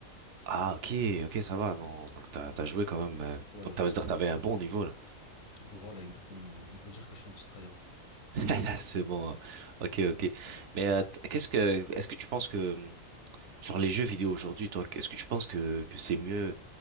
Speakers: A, on the right; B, on the left.
A: Ah, ok, ok, ça va, non, donc t'as, t'as joué quand même, euh,
B: Ouais,
A: donc
B: ouais.
A: t'as, c'est-à-dire t'avais un bon niveau, là.
B: Voilà, exactement. On peut dire que je suis un petit tryhard.
A: <laughs> C'est bon, hein. ok, ok. Mais, euh, t- qu'est-ce que, est-ce que tu penses que, hum, Genre les jeux vidéo aujourd'hui, toi, est-ce que tu penses que, que c'est mieux,